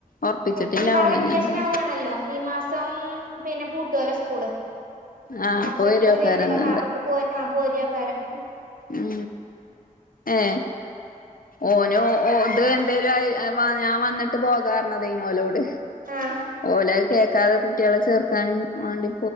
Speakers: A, on the left; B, on the right.
A: ഉറപ്പിച്ചിട്ടില്ല
B: വക്കി നി പ്പട
A: ഓണ്
B: വ്യക്യെഷനവാണല്ലോ
A: ഞാൻ എന്താ
B: ഈ മാസ് - സം പിന്നെ പൂട്ടോ ലോ സ്കൂള്
A: ആഹ്
B: അപ്പൊ ചെൽപ്പോ
A: വരുവക്കാരന്ന്
B: ൽ വർന് ണ്ടാ ആ പോ ബൽക് ആ പോരേക്കാരം
A: ഉ ഏ ഓനോ ഓർത് കൻ - <unintelligible> വന്നിട്ട് പോകർന്നതേനു ഓലോഡ്
B: ആഹ്
A: ഓലഹ് കേ- കേക്കാതെ കുട്ടികളെ ചേർക്കാനും മാണ്ടി